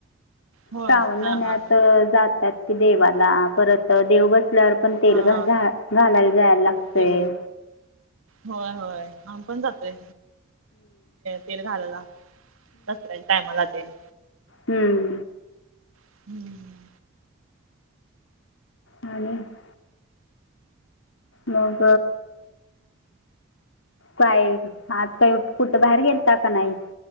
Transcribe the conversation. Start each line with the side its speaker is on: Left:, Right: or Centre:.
Right: होय
Left: श्रावण
Right: हा
Left: महिन्यात
Right: हा हा
Left: जातात कि देवाला परत देव बसल्यावर पण तेल
Right: हा
Left: घ घालायला जायला लागतय.
Right: तेल होय होय आ पण जातोय. तेल घालला दसऱ्याच्या टायमाला तेन.
Left: हम्म
Right: <unintelligible>
Left: <unintelligible> मग काय आज काही कुठं बाहेर गेलता का नाही